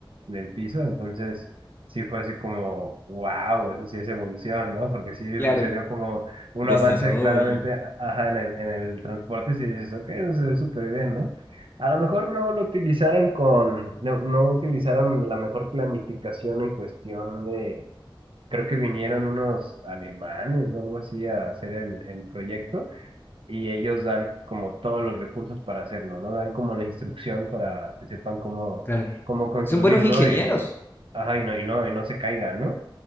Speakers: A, on the right; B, on the left.
A: del piso. Entonces sí fue así como, wow, eso sí es evolución, ¿no? Porque sí
B: Claro,
A: se vio como un
B: Desarrollo.
A: avance claramente, ajá, en el, en el transporte, si dices, ok, eso se ve súper bien, ¿no? A lo mejor no lo utilizaron con, no, no utilizaron la mejor planificación en cuestión de, creo que vinieron unos alemanes o algo así a hacer el, el proyecto y ellos dan como todos los recursos para hacerlo, ¿no? Dan como la instrucción para que sepan cómo,
B: claro.
A: cómo construirlo
B: Son buenos ingenieros.
A: y, ajá, y no, y no, y no se caiga, ¿no?